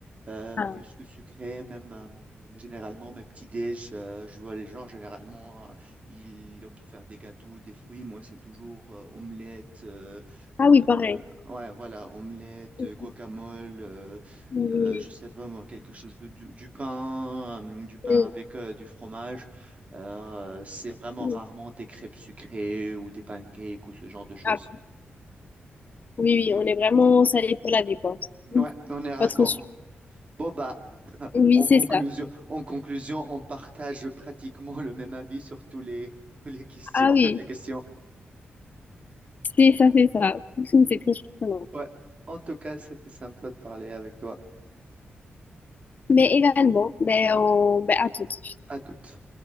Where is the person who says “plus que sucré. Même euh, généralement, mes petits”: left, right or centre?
Right